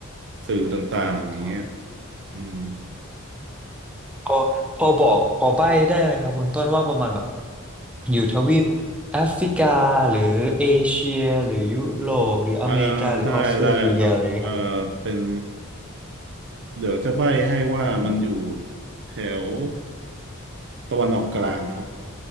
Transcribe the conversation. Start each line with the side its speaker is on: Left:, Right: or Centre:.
Right: สื่อต่างๆอย่างเงี้ย
Centre: ครับ
Right: อืม
Centre: พอพอบอกพอใบ้ได้ไหมครับคุณต้นว่าประมาณแบบอยู่ทวีปแอฟริกาหรือเอเชียหรือยุโรปหรืออเมริกาหรือออสเตรเลียอะไรอย่างเงี้ยครับ
Right: อ่าได้ได้ครับเอ่อเป็น เดี๋ยวจะใบ้ให้ว่ามันอยู่แถวตะวันออกกลางครับ